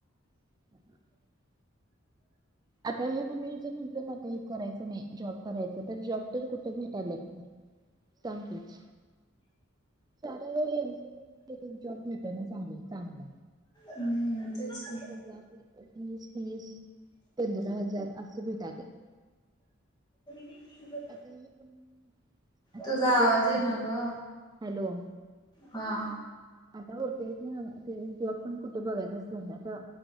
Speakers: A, on the right; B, on the left.
A: <unintelligible> आता हे म्हण ज म्हटलं ना आता ह करायचं नाही जॉब करायचं तर जॉब तर कुठे भेटाल्यात सांग तुच. <unintelligible> जॉब भेटना चांगला चांगला.
B: हम् तेच की.
A: <unintelligible> वीस तीस पंधरा हजार असं भेटाल्यात.
B: <inaudible>
A: आता हेपण यातन
B: तुझा
A: होतच
B: आवाज
A: ना
B: येईना ग.
A: हॅलो.
B: हा.
A: आता होतयच ना ते जॉब पण कुठ बघायच अस झालय आता